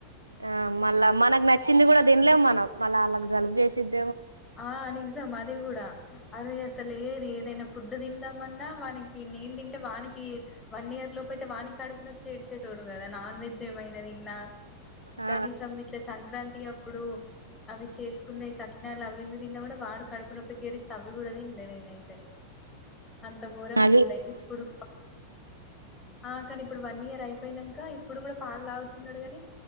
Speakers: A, on the right; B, on the left.
A: ఆ మళ్ళా మనకు నచ్చింది కూడా దిన్లేమ్ మనం మళ్ళా వాళ్ళకి జలుబు చేసిద్
B: ఆ నిజం అది గూడా అరే అసలు ఏది ఏదైనా ఫుడ్ తిందామన్నా వానికి నేను తింటే వానికి వన్ ఇయర్ లోపు అయితే వాకి కడుపున వచ్చేడ్చేటోడు కదా నాన్ వెజ్ ఏమైనా దిన్నా
A: ఆ
B: కనీసం ఇట్లే సంక్రాంతి అప్పుడు ఇప్పుడు అవి చేసుకునే సరికి సకినాలు అవి ఇవి తిన్నా కూడా వాడు కడుపు నొప్పికి ఏడిస్త అవి కూడా తినలే నేనయితే అంత ఘోరంగా
A: ఆ
B: ఉండే ఇప్పుడు ఆ కాని ఇప్పుడు వన్ ఇయర్ అయిపోయినాక ఇప్పుడు కూడా పాలు లాగుతున్నాడు కాని